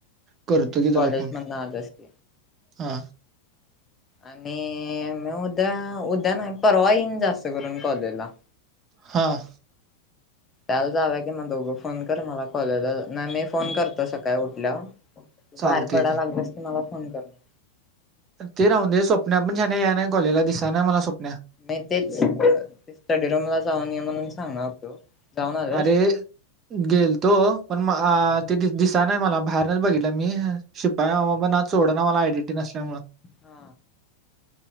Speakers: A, on the right; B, on the left.
A: करतो की त्याला
B: कॉलेज
A: फोन
B: मधनं आलास की
A: हा
B: आणि मग उद्या उद्या नाही परवा ईन जास्त करून कॉलेजला
A: हां
B: चालेल जावूया की मग दोघं फोन कर मला कॉलेजला नाही मी फोन करतो सकाळी उठल्याव
A: चालतंय
B: बाहेर पडायला
A: की
B: लागले असते मला फोन करणार
A: ते राहून दे स्वप्ना पण छान आहे या ना कॉलेजला दिसना मला स्वप्ना
B: नाही तेच ते स्टडीरूमला आज जावून य म्हणून सांगणार होतो जाऊन आल्यास?
A: अरे गेलतो पण म हा ती दि.. दिसाय नाही मला बाहेरनच बघित शिपाई मला सोड ना मला आय डी नसल्यामुळे
B: हा